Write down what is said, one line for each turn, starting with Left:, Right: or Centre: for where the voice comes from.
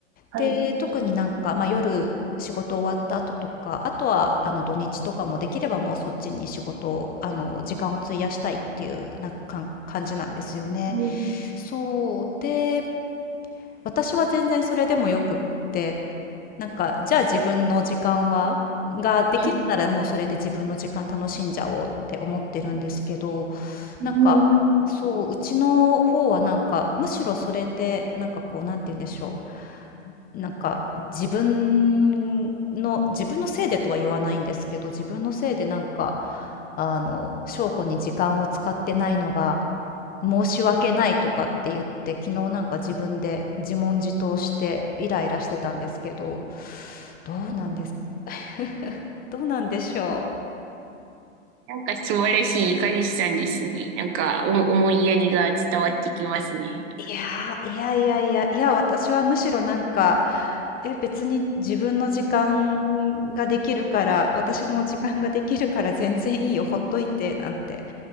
Right: はい、
Left: で、特になんか、まあ、夜仕事終わった後とか、あとはあの土日とかもできればもうそっちに仕事を、あの時間を費やしたいっていうなんか感じなんですよね。
Right: うん、
Left: そう。で、私は全然それでもよくって、なんか、じゃあ自分の時間は、ができるならもうそれで自分の時間楽しんじゃおうって思ってるんですけど、
Right: はい、うん
Left: なんか、そう、うちの方はなんか、むしろそれで、なんかこう、なんて言うんでしょう。なんか自分の自分のせいでとは言わないんですけど、自分のせいでなんか、あの、翔子に時間を使ってないのが申し訳ないとかって言って、昨日なんか自分で自問自答してイライラしてたんですけど、どうなんです <laughs> どうなんでしょう。
Right: なんか素晴らしい彼氏さんですね。なんかお思いやりが伝わってきますね。
Left: いやー、いやいやいや、いや、私はむしろなんか、え、別に自分の時間ができるから、私の時間ができるから全然いいよ、ほっといて、なんて